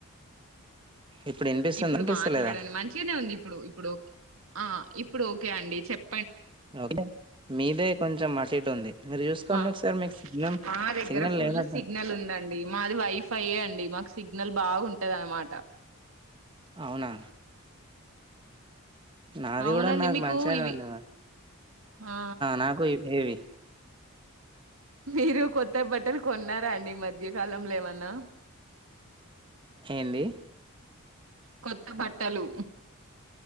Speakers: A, on the right; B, on the right.
A: ఇప్పుడు వినిపిస్తుంది
B: ఇప్పుడు
A: వినిపిస్తలేదా
B: మాట్లాడండి మంచిగానే ఉంది ఇప్పుడు ఇప్పుడు ఆ ఇప్పుడు ఓకే అండి చెప్
A: ఓకే మీదే కొంచెం అటు ఉంది మీరు చూసుకోండి
B: మా
A: ఒకసారి మీకు సిగ్నల్
B: మా దగ్గర
A: సిగ్నల్
B: ఫుల్
A: లేనట్టు
B: సిగ్నల్ ఉందండి మాది వైఫై అండి మా సిగ్నల్ బాగుంటది అనమాట
A: అవునా నాది
B: అవునండి
A: కూడా నాకు
B: మీకు
A: మంచిగానే
B: ఇవి
A: ఉంది మరి
B: ఆ
A: నాకు ఇ- ఏవి
B: మీరు కొత్త బట్టలు కొన్నారా అండి ఈ మధ్యకాలంలో ఏమన్నా
A: ఏంది
B: కొత్త బట్టలు